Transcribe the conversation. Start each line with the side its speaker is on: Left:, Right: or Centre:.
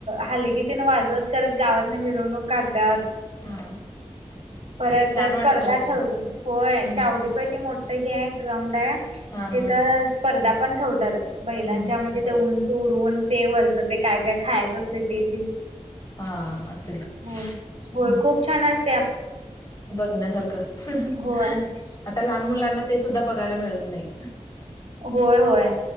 Right: हलगी तेन वाजवत करत गावातन मिरवणूक काढतात
Left: हा
Right: परत
Left: छान
Right: स्पर्धा
Left: वाटत असेल
Right: ठेवतात होय
Left: हम्म
Right: चावडी पशी मोठ् हे एक ग्राउंड आहे
Left: हा
Right: तिथं
Left: हा
Right: स्पर्धा पण ठेवतात बैलांच्या
Left: हम्म
Right: म्हणजे
Left: बाई
Right: ते उंच उडवून ते वरचं ते काय काय खायचं असतय ते तेन
Left: हा असेल
Right: हो होय
Left: हं.
Right: खूप छान अस
Left: बघण्यासारखं
Right: होय
Left: <unintelligible> आता लहान मुलांना
Right: मग
Left: ते सुद्धा बघायला मिळत नाही
Right: होय होय